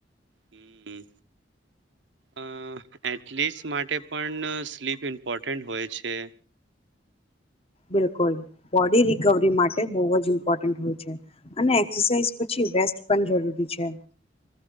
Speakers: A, on the right; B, on the left.
A: હમ્મ, અ એથલીટ્સ માટે પણ સ્લીપ ઇમ્પોર્ટન્ટ હોય છે.
B: બિલકુલ, બોડી રિકવરી માટે બોવ જ ઇમ્પોર્ટન્ટ હોય છે અને એક્સરસાઇઝ પછી રેસ્ટ પણ જરૂરી છે.